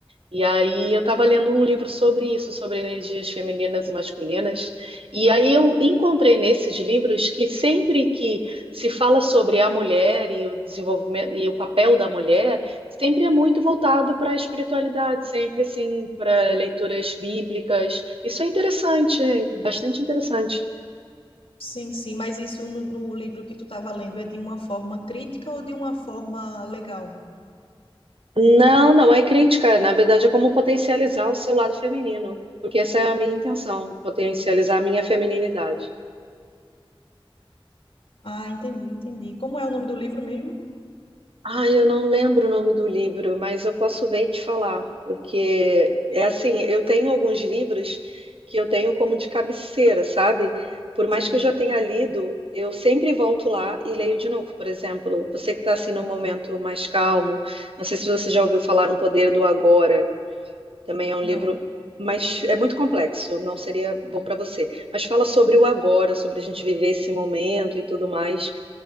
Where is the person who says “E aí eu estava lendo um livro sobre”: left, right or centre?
Right